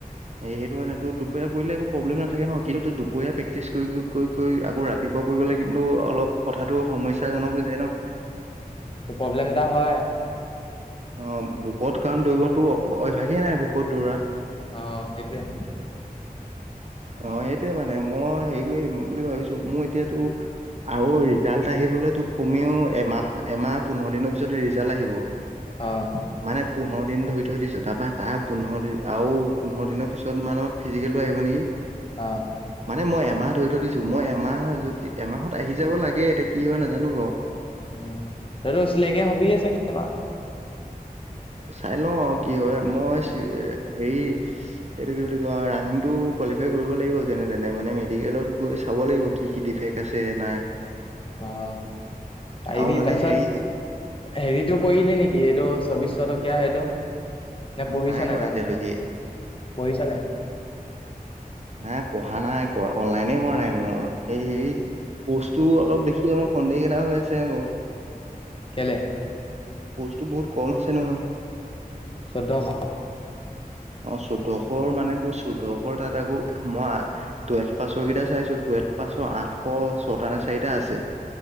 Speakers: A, on the right; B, on the left.
A: এ সেইটো মানে তোৰ দুপৰীয়া পৰিলে একো প্ৰবলেমে থাকে ন' কিন্তু তই দুপৰীয়া প্ৰেক্টিছ কৰি-কৰি- কৰি -কৰি আক ৰাতিপুৱা কৰিবলে কিন্তু অলপ কথাটো সমস্যাজনক হৈ যায় ন?
B: টো প্ৰব্লেম এটা হয়।
A: অ'ভোকত কাৰণ দৌৰিবতো অভ্যাসে নাই ভোকত দৌৰা।
B: অ'সেইটোৱে।
A: অ' সেইটোয়ে মানে মই হেৰি কৰিম বুলি ভাবিছো মোৰ এতিয়াতো আৰু ৰিজাল্ট আহিবলৈ তো কমেও এমাহ, এমাহ পোন্ধৰ দিনৰ পিছতে ৰিজাল্ট আহিব।
B: অ',
A: মানে পোন্ধৰ দিন ধৰি থৈ দিছো তাৰপা তাৰ পোন্ধৰ দিন আৰু পোন্ধৰ দিনৰ পিছত মানত ফিজিকেলটো আহিব নেকি?
B: অ',
A: মানে মই এমাহ ধৰি থৈ দিছো মই এমাহ যদি এমাহত আহি যাব লাগে এতিয়া কি হয় নাজানো বাৰু।
B: উম, তইতো ছিলেকে হবিয়ে চাগে এইবাৰ।
A: চাই লওঁ আৰু কি হয় মই চি হেৰি এইটো কি বুলি কয় ৰানিংটো কোৱালিফাই কৰিব লাগিব যেনে তেনে মানে মেডিকেলত গৈ চাব লাগিব কি, কি ডিফেক্ট আছে নাই।
B: অ' আহিবি
A: আৰু মানে
B: তাৰপিছত
A: হেৰি
B: হেৰিটো কৰিলি নেকি এইটো চৌব্বিছ টকীয়া সেটো? তে
A: মই
B: পঢ়িছ নাই
A: কৰা
B: তাৰ
A: এতিয়ালৈকে
B: কাৰণে পঢ়িছ নাই?
A: নাই পঢ়া নাই কৰা অনলাইনে কৰা নাই মোৰ এই হেইচ কোৰ্চ টো অলপ দেখি অলপ সন্দেহকেইটা হৈ আছে আকৌ।
B: কেলে?
A: পোষ্ট বহুত কম আছে নহয়।
B: চৈধ্যশ।
A: অ', চৈধ্যশৰ মানে তোৰ চৈধ্যশ তাত আকৌ, মই আ টুৱেলভ পাছৰ কেইটা চাইছোঁ, টুৱেলভ পাছৰ আঠশ ছটা নে চাৰিটা আছে।